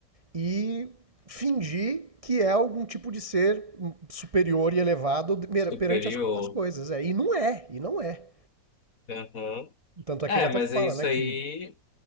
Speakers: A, on the right; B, on the left.
A: e fingir que é algum tipo de ser superior e elevado
B: Superior.
A: perante as, as coisas. É. E não é, e não é.
B: Uhum.
A: Tanto é
B: É,
A: que ele até
B: mas
A: fala,
B: é isso
A: né, que...
B: aí.